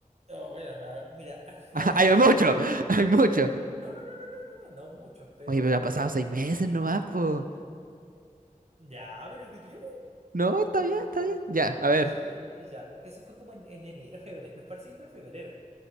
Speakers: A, on the right; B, on the right.
A: bueno, a- mira, <laughs>
B: <laughs>
A: a ver,
B: Hay
A: han
B: mucho,
A: habido
B: hay mucho.
A: No, no, no, no, no, no, no, no muchos, pero
B: Oye, pero han pasado seis meses nomás, pues.
A: ya, pero ¿qué tiene?
B: No, está bien, está bien. Ya, a ver.
A: sí, ya, eso fue como en, en enero, febrero, nos parece que fue en febrero.